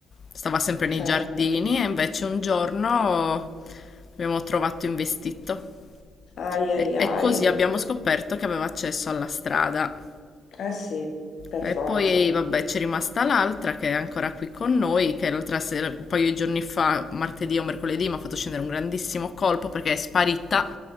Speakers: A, on the left; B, on the left.
A: stava sempre nei
B: certo.
A: giardini e invece un giorno abbiamo trovato investito.
B: Ai
A: E,
B: ai
A: e
B: ai.
A: così abbiamo scoperto che aveva accesso alla strada.
B: Eh sì, per
A: E
B: forza.
A: poi, vabbè, c'è rimasta l'altra che è ancora qui con noi, che l'altra sera, un paio di giorni fa, martedì o mercoledì, mi ha fatto scendere un grandissimo colpo perché è sparita,